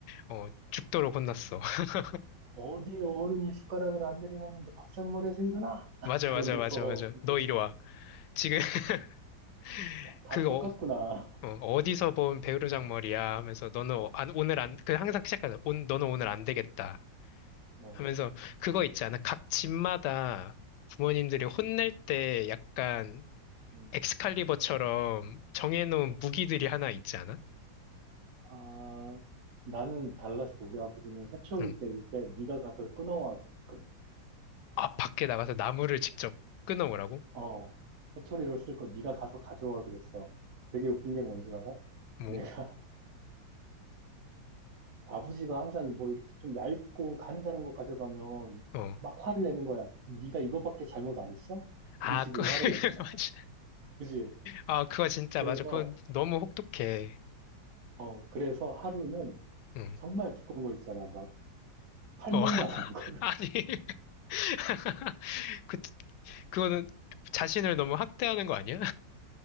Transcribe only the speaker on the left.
어, 죽도록 혼났어. <laughs>
맞아,
맞아, 맞아, 맞아.
너 이리 와. 지금 <laughs>
그거
어, 어디서 본 배우로장 머리야 하면서 너는 안- 오늘
안, 그 항상 시작하잖아. 온- 너는 오늘 안 되겠다.
하면서 그거 있지 않아? 각 집마다 부모님들이 혼낼 때 약간
엑스칼리버처럼 정해놓은
무기들이 하나 있지 않아?
응.
아, 밖에 나가서 나무를 직접 끊어오라고?
뭐,
어.
아,
그,
<laughs> 맞아.
아, 그거 진짜
맞아. 그건 너무 혹독해.
응.
어, <laughs>
아니. <laughs> 그, 그거는 자신을 너무 학대하는 거 아니야?